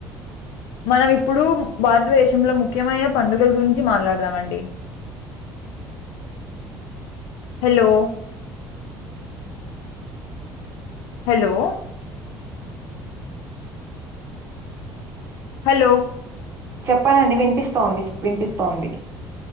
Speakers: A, on the left; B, on the right.
A: మనం ఇప్పుడు భారతదేశంలో ముఖ్యమైన పండుగల గురించి మాట్లాడదామండి. హలో హలో హలో
B: చెప్పనా అండి వినిపిస్తోంది, వినిపిస్తోంది.